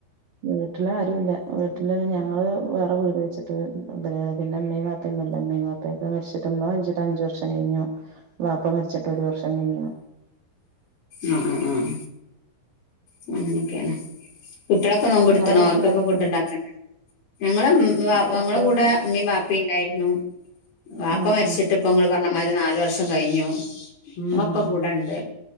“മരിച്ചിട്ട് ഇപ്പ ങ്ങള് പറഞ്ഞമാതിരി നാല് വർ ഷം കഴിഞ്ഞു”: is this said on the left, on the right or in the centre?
Left